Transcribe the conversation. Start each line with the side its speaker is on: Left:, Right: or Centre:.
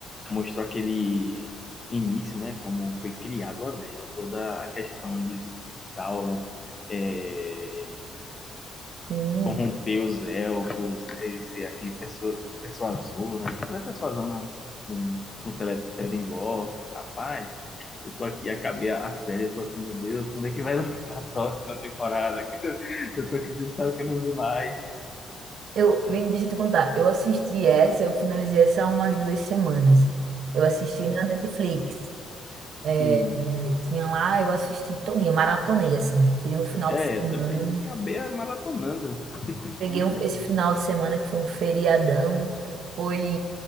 Left: mostrou aquele início, né? Como foi criado o Anel, toda a questão dos de Sauron é,
Right: Hum.
Left: corromper os elfos, ele ser aquele pessoa, pessoa azul, né? Aquela pessoa azul com, com Cele- Celebrimbor. Rapaz, eu tô aqui, acabei a a série, eu tô aqui, meu Deus, quando é que vai <laughs> lançar a próxima temporada? <laughs> Eu tô aqui desesperado que eu não vi mais.
Right: Eu vim, deixa eu te contar. Eu assisti essa, eu finalizei essa há umas duas semanas. Eu assisti na Netflix. É,
Left: Sim,
Right: tinha lá, eu assisti todo dia, maratonei, assim. Tirei um final
Left: é,
Right: de semana.
Left: também acabei maratonando
Right: Peguei
Left: tudo,
Right: um- esse
Left: tudo.
Right: final de semana que foi um feriadão, foi